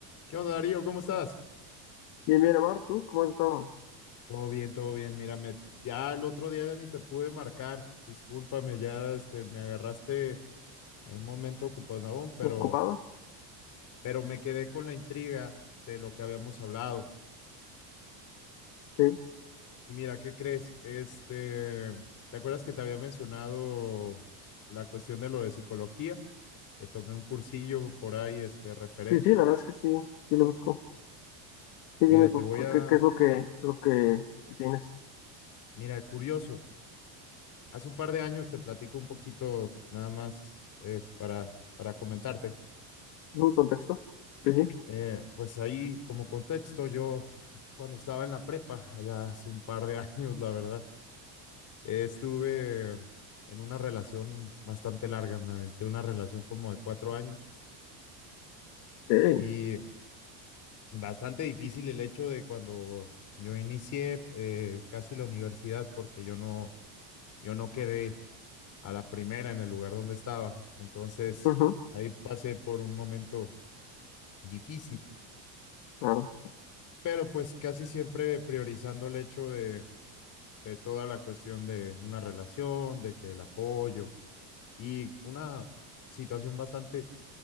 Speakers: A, on the left (about 40°); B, on the left (about 70°).
A: ¿Qué onda, Darío? ¿Cómo estás?
B: Bien, bien, Amar, ¿tú cómo has estado?
A: Todo bien, todo bien. Mírame, Ya el otro día ya ni te pude marcar. Discúlpame, ya este, me agarraste en un momento ocupadón, pero,
B: ¿Ocupado?
A: pero me quedé con la intriga de lo que habíamos hablado.
B: Sí,
A: Y mira, ¿qué crees? Este, ¿te acuerdas que te había mencionado la cuestión de lo de psicología? Que tomé un cursillo por ahí, este, referente.
B: sí, sí, la verdad es que sí, sí lo busco. Sí,
A: Mira,
B: dime cu-
A: te voy
B: cu-
A: a,
B: qué, qué es lo que, lo que tienes.
A: mira, curioso. Hace un par de años te platico un poquito nada más eh, para, para comentarte.
B: ¿Un contexto? Sí, sí.
A: Eh, pues ahí como contexto, yo cuando estaba en la prepa, allá hace un par de <laughs> años, la verdad, eh, estuve en una relación bastante larga, me aventé una relación como de cuatro años
B: Ok.
A: y bastante difícil el hecho de cuando yo inicié eh, casi la universidad porque yo no, yo no quedé a la primera en el lugar donde estaba. Entonces,
B: Ujú,
A: ahí pasé por un momento difícil,
B: Claro,
A: pero pues casi siempre priorizando el hecho de, de toda la cuestión de una relación, de que el apoyo y una situación bastante,